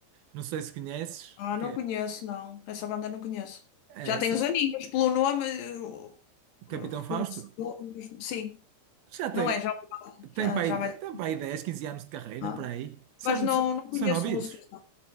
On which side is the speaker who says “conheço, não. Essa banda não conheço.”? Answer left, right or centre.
Left